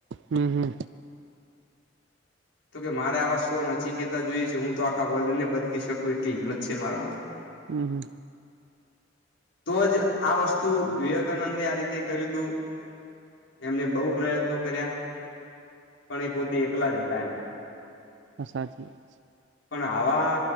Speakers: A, on the right; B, on the left.
A: હમ હમ
B: તો કે મારે આવા સ્ટોન અચી કતા જોઈએ છે હું તો આખા વર્લ્ડ ને બદલી શકું એટલી હિંમત છે મારામાં
A: હમ હમ
B: તો જ આ વસ્તુ વિવેકાનંદે આ રીતે કર્યું હતું. એમને બહુ પ્રયત્નો કર્યા. પણ એ પોતે એકલા જ હતા એમ
A: હશાચી છે
B: પણ આવા